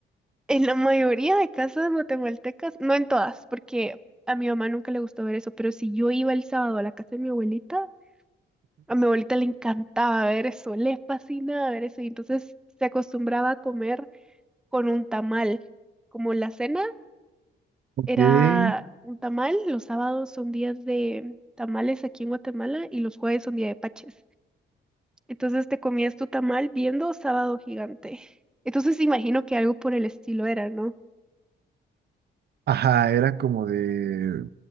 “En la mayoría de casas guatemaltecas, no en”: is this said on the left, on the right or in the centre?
Centre